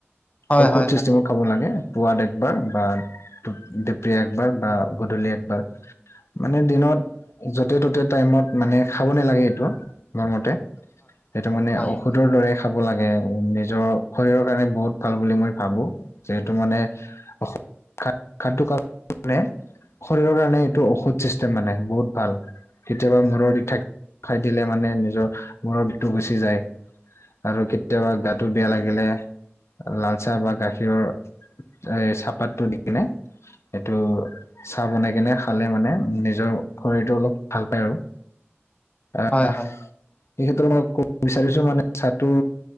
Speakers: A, on the left; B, on the left.
A: ঔষধ
B: হয় হয় হয় হয় হয় হয় হয় হয় হয় হয় হয় হয়
A: চিষ্টেমত খাব লাগে। পুৱাত একবাৰ বা ডো ডিপ্ৰীয়া একবাৰ বা গধূলি একবাৰ। মানে দিনত য'তে ত'তে টাইমত মানে খাব নেলাগে এইটো মোৰ মতে। সেইটো মানে
B: হয়
A: ঔষোধ
B: হয় হয় হয়
A: টোৰ দৰে খাব লাগে নিজৰ শৰীৰৰ কাৰণে বহুত ভাল বুলি মই ভাবো। যিহেতু মানে অসম <unintelligible> শৰীৰৰ কাৰণে এইটো ঔষধ চিষ্টেম। মানে বহুত ভাল। কেতিয়াবা মূৰৰ বিষ থাক থাকিলে মানে নিজৰ মূৰৰ বিষটো গুচি যায় আৰু কেতিয়াবা গাটো বেয়া লাগিলে লাল চাহ বা গাখীৰৰ এ চাহপাতটো দি কিনে এইটো চাহ বনাই কেনে খালে মানে নিজৰ শৰীৰটো অলপ ভাল পায় আৰু। আহ
B: হয়
A: এই
B: হয় হয়
A: ক্ষেত্ৰত মই কব বিচাৰিছো মানে চাহটো